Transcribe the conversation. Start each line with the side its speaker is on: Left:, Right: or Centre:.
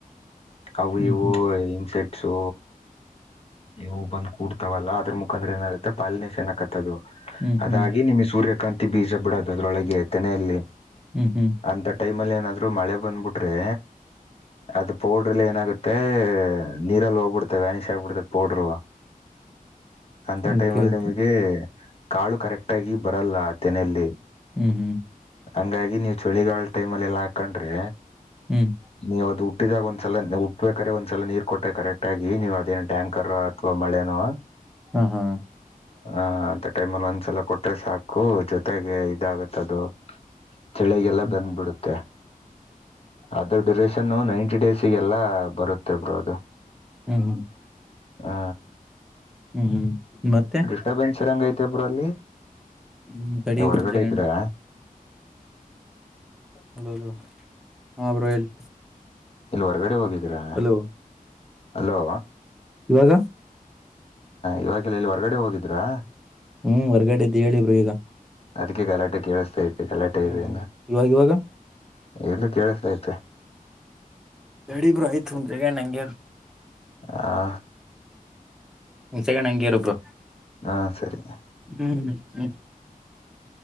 Left: ಅವು
Centre: ಹ್ಮ್
Left: ಇವು
Centre: ಹ್ಮ್
Left: ಇನ್ಸೆಕ್ಟ್ ಸೊ ಇವು ಬಂದು ಕೂಡ್ತಾವಲ್ಲ ಅದ್ರೂ ಮುಖಾಂತರ ಏನಾಗುತ್ತೆ ಪಾಲಿನೇಷನ್ ಆಕತ್ತ ಅದು.
Centre: ಹ್ಮ್
Left: ಅದಾಗಿ
Centre: ಹ್ಮ್
Left: ನಿಮ್ಗೆ ಸೂರ್ಯಕಾಂತಿ ಬೀಜ ಬಿಡೋದು ಅದ್ರೊಳಗೆ ತೆನೆಯಲ್ಲಿ
Centre: ಹ್ಮ್ ಹ್ಮ್
Left: ಅಂತ ಟೈಮ್ ಅಲ್ಲಿ ಏನಾದ್ರೂ ಮಳೆ ಬಂದ್ಬಿಟ್ರೆ. ಅದು ಪೌಡರ್ ಎಲ್ಲಾ ಏನಾಗುತ್ತೆ ನೀರಲ್ಲಿ ಹೋಗ್ಬಿಡ್ತದೆ ವ್ಯಾನಿಶ್ ಆಗ್ಬಿಡ್ತದೆ ಪೌಡರ್. ಹ
Centre: ಓಕೆ
Left: ಟೈಮಲ್ಲಿ
Centre: ಓಕೆ
Left: ನಿಮಗೆ ಕಾಳು ಕರೆಕ್ಟ್ ಆಗಿ ಬರಲ್ಲ ತೆನೆಯಲ್ಲಿ.
Centre: ಹ್ಮ್ ಹ್ಮ್
Left: ಹಂಗಾಗಿ ನೀವು ಚಳಿಗಾಲ ಟೈಮ್ ಅಲ್ಲಿ ಎಲ್ಲಾ ಹಾಕೊಂಡ್ರೆ.
Centre: ಹ್ಮ್
Left: ನೀವು ಅದು ಹುಟ್ಟಿದಾಗ ಒಂದ್ಸಲ ಹುಟ್ಬೇಕಾದ್ರೆ ಒಂದ್ಸಲ ನೀರ್ ಕೊಟ್ಟ್ರ ಕರೆಕ್ಟ್ ಆಗಿ ನೀವು ಅದೇನ್ ಟ್ಯಾಂಕರ್ ಅಥವಾ ಮಳೆನೋ
Centre: ಹಾ ಹಾ
Left: ಹಾ ಅಂತ ಟೈಮಲ್ಲಿ ಒಂದ್ಸಲ ಕೊಟ್ರೆ ಸಾಕು ಜೊತೆಗೆ ಇದಾಗತ್ತೆ ಅದು. ಚಳಿಗೆಲ್ಲ
Centre: ಹ್ಮ್
Left: ಬಂದ್ ಬಿಡುತ್ತೆ ಅದ್ರ ಡ್ಯೂರೇಷನ್ ನೈಂಟಿ ಡೇಸ್ ಚಿಗೆಲ್ಲ ಬರುತ್ತೆ ಬ್ರೋ ಅದು
Centre: ಹ್ಮ್
Left: ಹ
Centre: ಹ್ಮ್ ಹ್ಮ್ ಮತ್ತೆ
Left: ಡಿಸ್ಟಾರ್ಬೇನ್ಸ್ ಇರಗ್ ಐತೆ ಬ್ರೋ ಅಲ್ಲಿ
Centre: ಹ್ಮ್ ತಡಿ
Left: ಹೊರಗಡೆ
Centre: ಬ್ರೋ ಒಂದ್ ಸೆಕೆಂಡ್
Left: ಇದ್ರಾ
Centre: ಹಲೋ ಹ ಬ್ರೋ ಹೇಳಿ.
Left: ಎಲ್ಲಿ ಹೊರಗಡೆ ಹೋಗಿದ್ದೀರಾ
Centre: ಹಲೋ
Left: ಹಲೋ
Centre: ಇವಾಗ
Left: ಇವಾಗಿಲ್ಲ ಇಲ್ಲಿ ಹೊರ್ಗಡೆ ಹೋಗಿದ್ರಾ
Centre: ಹ್ಮ್ ಹೊರಗಡೆ ಇದೆ ಹೇಳಿ ಬ್ರೋ ಈಗ
Left: ಅದಕ್ಕೆ ಗಲಾಟೆ ಕೇಳಿಸೈತೆ ಗಲಾಟೆ
Centre: ಹ್ಮ್
Left: ಇದೆ
Centre: ಹ್ಮ್
Left: ನಾ
Centre: ಇವಾಗ ಇವಾಗ
Left: ಎಲ್ಲೂ ಕೇಳಿಸತೈತೆ.
Centre: ನೋಡಿ ಬ್ರೋ ಆಯ್ತು ಒಂದು ಸೆಕೆಂಡ್ ಹಂಗೆ ಇರು.
Left: ಹ
Centre: ಒಂದ್ ಸೆಕೆಂಡ್ ಹಂಗೆ ಇರು ಬ್ರೋ.
Left: ಹಾ ಸರಿ
Centre: ಹ್ಮ್ ಹ್ಮ್